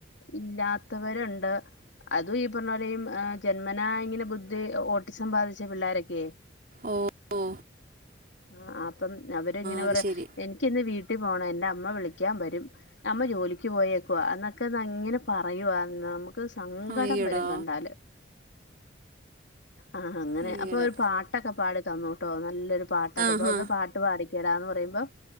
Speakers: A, on the left; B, on the right.
A: ഇല്ലാത്തവരുണ്ട് അതും ഈ പറഞ്ഞ പോലെയും ജന്മനാ ഇങ്ങനെ ബുദ്ധി ഓട്ടിസം ബാധിച്ച പിള്ളോരൊക്കെയെ
B: ഓഹ് ഓഹ്
A: ആഹ് അപ്പം അവരിങ്ങനെ
B: അത്
A: പറ
B: ശരി
A: എനിക്കിന്ന് വീട്ടിൽ പോണം എന്റെ അമ്മ വിളിക്കാൻ വരും അമ്മ ജോലിക്ക് പോയേക്വാ എന്നൊക്കെ അ ഇങ്ങനെ പറയുവാന്ന് മ്മുക്ക് ക്ക് സങ്കടം
B: അയ്യടാ
A: വരും കണ്ടാല് ആഹ് അങ്ങനെ
B: അയ്യടാ
A: അപ്പൊ ഒരു പാട്ടൊക്കെ പാടി തന്നുട്ടോ നല്ലൊരു പാട്ടൊക്കെ
B: ആ
A: അപ്പൊന്ന്
B: ഹാ
A: പാട്ട് പാടിക്കേടാന്ന് പറയുമ്പോ